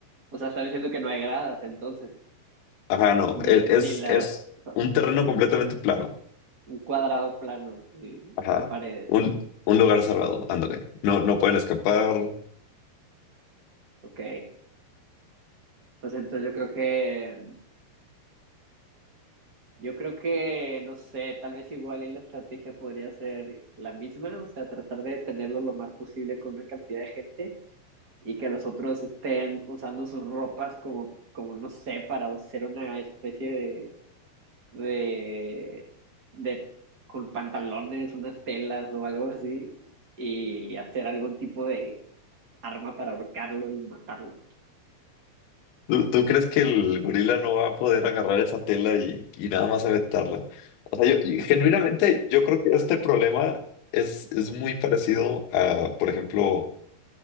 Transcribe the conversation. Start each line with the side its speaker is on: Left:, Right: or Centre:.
Right: O sea, están diciendo que no hay gradas entonces,
Left: Ajá, no,
Right: ni,
Left: e- es,
Right: ni la...
Left: es
Right: o sea,
Left: un terreno completamente plano.
Right: un cuadrado plano sí,
Left: Ajá,
Right: y paredes.
Left: un, un lugar cerrado, ándale. No, no pueden escapar,
Right: Ok. Pues entonces yo creo que, yo creo que, no sé, tal vez igual y la estrategia podría ser la misma, o sea, tratar de tenerlo lo más posible con una cantidad de gente y que los otros estén usando sus ropas como, como no sé, para hacer una especie de, de, de, con pantalones, unas telas o algo así y hacer algún tipo de arma para ahorcarlo y matarlo.
Left: ¿Tú, tú crees que el gorila no va a poder agarrar esa tela y, y nada más aventarla? O sea, yo, y genuinamente, yo creo que este problema es, es muy parecido a, por ejemplo,